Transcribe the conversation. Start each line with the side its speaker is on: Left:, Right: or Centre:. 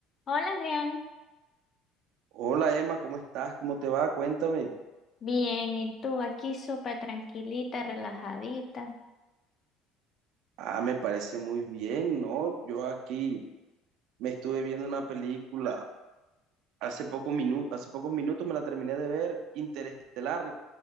Left: Hola, Adrián.
Right: Hola Emma, ¿cómo estás? ¿Cómo te va? Cuéntame.
Left: Bien, ¿y tú aquí súper tranquilita, relajadita?
Right: Ah, me parece muy bien, ¿no? Yo aquí me estuve viendo una película hace poco minu- hace pocos minutos me la terminé de ver, Interestelar.